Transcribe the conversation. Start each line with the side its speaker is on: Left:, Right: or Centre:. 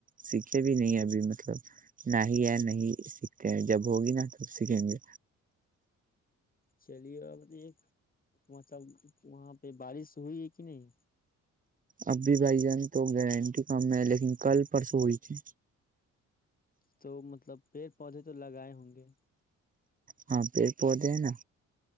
Right: سیکھے بھی نہیں ابھی مطلب نہ ہی ہے نہیں سیکھتے ہیں جب ہوگی نا توب سیکھیں گے
Left: چلیے اب ایک مطلب وہاں پہ بارش ہوئی ہے کہ نہیں
Right: اب بھی بھائی جان تو گارنٹی کم ہے لیکن کل پرسوں ہوئی تھی
Left: تو مطلب پیڑ پودے تو لگائے ہوں گے
Right: ہاں پیڑ پودے ہیں نا